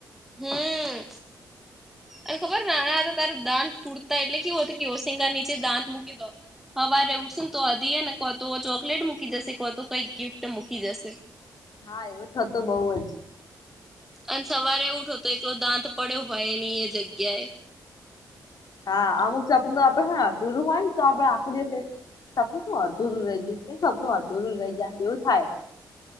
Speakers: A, in the centre; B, on the left.
A: હમ અને ખબરને નાના તારે દાંત તૂટતા એટલે કેવું હતું કે ઓશિંગા નીચે દાંત મૂકી દો હવા ર ઉઠશેને તો અધીએ ને કો તો ચોકલેટ મૂકી જશે કો તો કઈક ગિફ્ટ મૂકી જશે
B: હા એવું થતું બઉુ જ
A: અને સવારે ઉઠો તો એકલો દાંત પડ્યો હોયની એ જગ્યાએ
B: હા અમુક છે આપનું તો આપડે હા તુરું હોય ને તો આપડે આખો દ સપનું અધુરું રહીજાય કે સપનું અધુરું રહી જાય એવું થાય